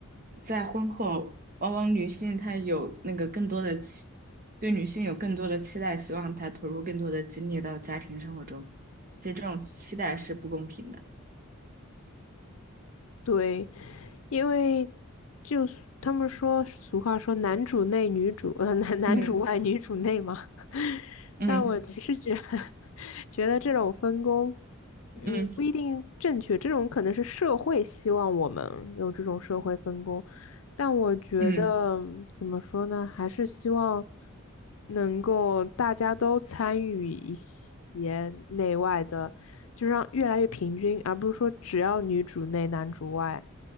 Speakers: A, on the right; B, on the left.
A: 在婚后，往往女性她有那个更多的期，对女性有更多的期待，希望她投入更多的精力到家庭生活中。其实这种期待是不公平的。
B: 对，因为就是他们说俗话说男主内女主，呃，男男主外女主内嘛。
A: 嗯
B: <laughs>
A: 嗯
B: 但我嗯其实觉 <laughs> 得觉得这种分工，嗯，
A: 嗯
B: 不一定正确。这种可能是社会希望我们有这种社会分工，但我觉得怎么说呢，
A: 嗯
B: 还是希望能够大家都参与一些内外的，就让越来越平均，而不是说只要女主内男主外，